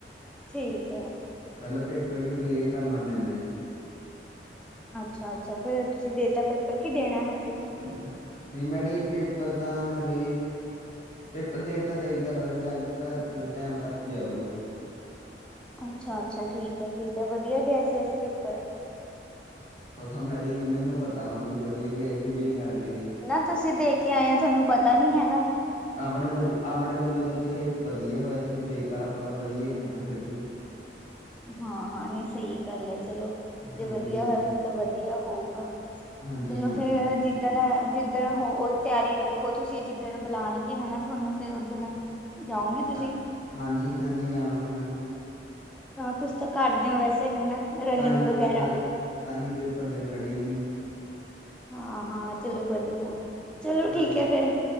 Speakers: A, in the centre; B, on the left.
A: ਠੀਕ ਹੈ।
B: ਪਹਿਲਾਂ ਪੇਪਰ ਵੀ ਕਲੀਅਰ ਕਰਨਾ ਪੈਂਦਾ ਸੀ।
A: ਅੱਛਾ ਅੱਛਾ ਫੇਰ ਤੁਸੀਂ ਦੇਤਾ ਪੇਪਰ ਕੀ ਦੇਣਾ ਹਜੇ।
B: ਨਹੀਂ ਮੈਡੀੇ ਪੇਪਰ ਤਾਂ ਹਲੇੇ ਪੇਪਰ ਦੇ ਤਾਂ ਦੇਈ ਪਰ ਰਿਜਲਟ ਥੋੜੇ ਟਾਈਮ ਤੱਕ ਹੀ ਆਊਗਾ।
A: ਅੱਛਾ ਅੱਛਾ ਠੀਕ ਹੈ ਠੀਕ ਹੈ ਵਧਆ ਗਿਆ ਸੀ ਵੈਸੇ ਪੇਪਰ
B: ਉਹ ਤਾਂ ਮੈਡੀੇ ਉਹਨਾ ਹੀ ਨੂੰ ਪਤਾ ਹੋਣਾ ਵੀ ਵਧੀਆ ਗਿਆ ਕਿ ਬੇ ਕਰ ਗਿਆ ਸੀ।
A: ਨਾ ਤੁਸੀਂ ਦੇਖ ਕੇ ਆਏ ਹੋ ਤੁਹਾਨੂੰ ਪਤਾ ਨੀ ਹੈਗਾ।
B: ਆਪਣੇ ਵੱਲ ਆਪਣੇ ਵੱਲੋਂ ਤਾਂ ਚਾਹੇ ਵਧੀਆ ਹੋਇਆ ਚੇ ਬੇਕਾਰ ਆਪਾਂ ਤਾਂ ਵਧੀਆ ਕ ਨਾ ਫਿਰ ਵੀ
A: ਹਾਂ ਹਾਂ ਨਹੀਂ ਸਹੀ ਗੱਲ ਹੈ ਚਲੋ ਜੇ
B: ਹਾਂਜੀ,
A: ਵਧੀਆ
B: ਹਾਂਜੀ,
A: ਹੋਇਆ ਫੇਿਰ ਤਾਂ ਵਧੀਆ ਹੋਊਗਾ।
B: ਹਾਂਜੀ,
A: ਚਲੋ
B: ਹਾਂਜੀ।
A: ਫੇਰ ਜਿ ਜਿੱਦਣ ਜਿੱਦਣ ਹੋ ਤਿਆਰੀ ਰੱਖੋ ਤੁਸੀਂ ਜਿੱਦਣ ਬੁਲਾਉਣਗੇ ਹਨਾ ਤੁਹਾਨੂੰ ਫੇਰ ਦਣ ਜਾਓਗੇ ਤੁਸੀਂ
B: ਹਾਂ, ਹਾਂਜੀ ਜਾਵਾਂਗੇ ਮੈਂ
A: ਹਾਂ ਤੁਸੀ ਤਾਂ ਕਰਦੇ ਹੋ ਵੈਸੇ ਹਨਾ ਰਨਿੰਗ
B: ਤਾਂ ਹੀ
A: ਵਗੈਰਾ।
B: ਪੇਪਰ ਤਾਂ ਹੀ ਪੇਪਰ ਦੇ ਮੈ ਡੇ ਹੀ।
A: ਹਾਂ ਹਾਂ ਚਲੋ ਵਧੀਆ। ਚਲੋ
B: ਹਾਂਜੀ।
A: ਠੀਕ ਹੈ ਫਿਰ